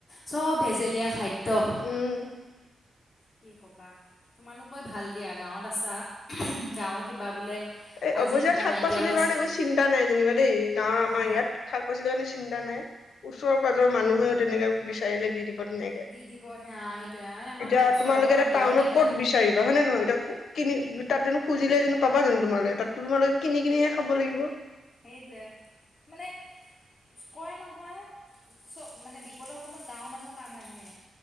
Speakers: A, on the left (about 30°); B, on the left (about 80°).
A: চব ভেজেলীয়া খাদ্য।
B: উম
A: কি ক'বা তোমালোকই ভাল দিয়া গাঁৱত আছা। গাঁৱৰ কিবা বোলে
B: এ
A: আজি
B: অৱশ্যে
A: কিবা
B: শাক-পাচলিৰ
A: নাইকিয়া হৈছে
B: কাৰণে একো চিন্তা নাই যেনিবা দেই, গাঁৱৰ
A: হা
B: আমাৰ ইয়াত শাক-পাচলিৰ কাৰণে চিন্তা নাই। ওচৰ-পাজৰ মানুহেও তেনেকে বিচাৰিলে দি দিব গতি নাইকিয়া।
A: দি দিব সেয়া সেইটোৱে আমাৰ
B: এতিয়া
A: চহৰত
B: তোমালোকে এতিয়া
A: বৰ
B: টাউনত
A: দিগদাৰ
B: ক'ত বিচাৰিবা হয় নে নহয়? এতিয়া ক-কিনি তাত জানো খুজিলে জানো পাবা জানো? তোমালৈ এটা, তোমালোকে কিনি-কিনিহে খাব লাগিব।
A: সেইটোৱে। মানে কয় নহয় চ-মানে বিপদৰ সময়ত গাঁৱ মানুহ কাম আহে।